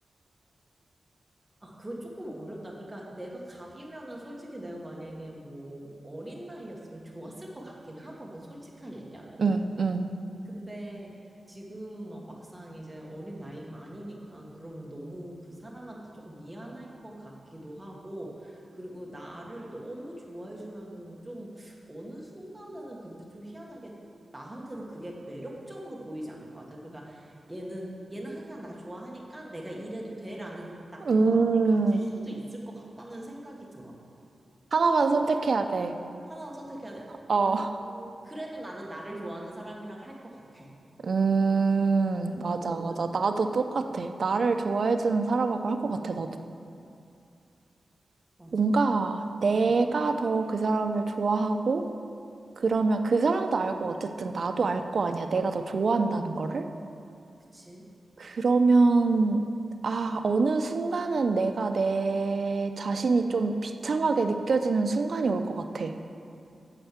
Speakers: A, in the centre; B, on the right (about 45°).
A: 아, 그거 조금 어렵다. 그러니까 내가 갑이면은 솔직히 내가 만약에 뭐 어린 나이였으면 좋았을 것 같긴 하거든. 솔직하게 얘기하면은.
B: 응, 응.
A: 근데 지금은 막 막상 이제 어린 나이가 아니니까 그러면 너무 그 사람한테 조금 미안할 것 같기도 하고 그리고 나를 너무 좋아해 주면은 좀 어느 순간에는 근데 좀 희한하게 나한테는 그게 매력적으로 보이지 않을 것 같아. 그러니까 얘는 얘는 항상 나 좋아하니까 내가 이래도 돼라는 나쁜
B: 음,
A: 마음을 가질 수도 있을 것 같다는 생각이 들어.
B: 하나만 선택해야 돼.
A: 하나만 선택해야 돼.
B: 어,
A: 음, 그래도 나는 나를 좋아하는 사람이랑 할 것 같아.
B: 음, 맞아,
A: 너는?
B: 맞아. 나도 똑같아. 나를 좋아해주는 사람하고 할 것 같아, 나도.
A: 맞아.
B: 뭔가 내가
A: 음,
B: 더 그 사람을 좋아하고, 그러면 그 사람도 알고 어쨌든 나도 알 거 아니야. 내가 더 좋아한다는 거를.
A: 그치.
B: 그러면 아, 어느 순간은 내가 내 자신이 좀 비참하게 느껴지는 순간이 올 것 같아.